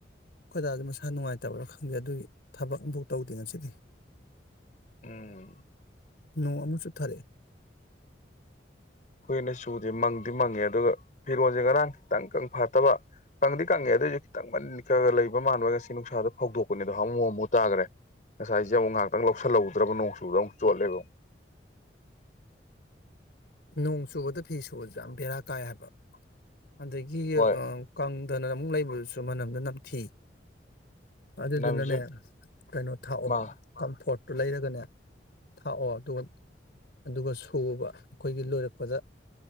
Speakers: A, on the left; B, on the left.
A: ꯈꯣꯏꯗꯥ ꯑꯗꯨ ꯃꯁꯥ ꯅꯨꯡꯉꯥꯏꯇꯕ꯭ꯔꯥ ꯈꯪꯗꯦ ꯑꯗꯨꯒꯤ ꯊꯕꯛ ꯑꯃꯐꯥꯎ ꯇꯧꯗꯦ ꯉꯁꯤꯗꯤ
B: ꯎꯝ
A: ꯅ ꯃꯆꯣꯊꯥꯦ
B: ꯍꯈꯣꯏꯅ ꯆꯨꯁꯦ ꯃꯪꯗꯤ ꯃꯪꯉꯦ ꯑꯗꯨꯒ ꯐꯤꯔꯣꯟꯜꯁꯦ ꯉꯔꯥꯡ ꯈꯤꯇꯪ ꯀꯪ ꯐꯠꯇꯕ ꯀꯪꯗꯤ ꯀꯪꯉꯦ ꯑꯗꯨꯑꯣꯏꯁꯨ ꯈꯤꯇꯪ ꯃ ꯀ ꯂꯩꯕ ꯃꯥꯟꯕꯒ ꯉꯁꯤ ꯅꯨꯡꯁꯥꯗ ꯐꯧꯗꯣꯛꯄꯅꯦꯗꯣ ꯍꯥꯃꯨ ꯍꯃꯨ ꯇꯥꯈ꯭ꯔꯦ ꯉꯁꯥꯏꯁꯦ ꯑꯃꯨꯛ ꯉꯥꯏꯍꯥꯛꯇꯪ ꯂꯧꯁꯤꯜꯍꯧꯗ꯭ꯔꯕ ꯅꯣꯡ ꯆꯨꯕꯗ ꯑꯃꯨꯛ ꯆꯣꯠꯂꯦꯕ ꯑꯃꯨꯛ
A: ꯅꯣꯡ ꯆꯨꯕꯗ ꯐꯤ ꯁꯨꯕꯁ ꯌꯥꯝ ꯕꯦꯔꯥ ꯀꯥꯏ ꯍꯥꯏꯕ ꯑꯗꯒꯤ
B: ꯍꯣꯏ
A: ꯀꯥꯡ ꯑꯗꯨꯅ ꯑꯃꯨꯛ ꯂꯩꯕꯗꯨꯁꯨ ꯃꯅꯝꯗ ꯅꯝꯊꯤ ꯑꯗꯨꯗꯨꯅꯅꯦ
B: ꯅꯝꯖꯨ
A: ꯀꯩꯅꯣ ꯊꯥꯛꯑꯣ
B: ꯃꯥ
A: ꯀꯝꯐꯣꯔꯠ ꯇꯨ ꯂꯩꯔꯒꯅꯦ ꯊꯥꯛꯑꯣ ꯑꯗꯨꯒ ꯑꯗꯨꯒ ꯁꯨꯕ ꯑꯩꯈꯣꯏꯒꯤ ꯂꯣꯏꯔꯛꯄꯗ